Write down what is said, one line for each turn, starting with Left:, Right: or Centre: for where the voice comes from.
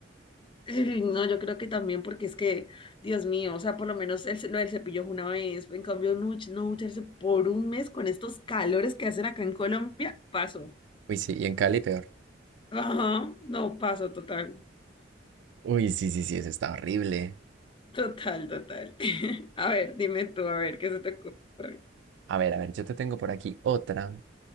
Left: Ay, No, yo creo que también porque es que, Dios mío, o sea, por lo menos el, ce- lo del cepillo es una vez. En cambio, no, duch- no ducharse por un mes con estos calores que hacen acá en Colombia, paso.
Right: Uy, sí, y en Cali peor.
Left: Ajá, no, paso total,
Right: Uy, sí, sí, sí, eso está horrible.
Left: total, total. <laughs> A ver, dime tú, a ver, ¿qué se te ocurre?
Right: A ver, a ver, yo te tengo por aquí otra.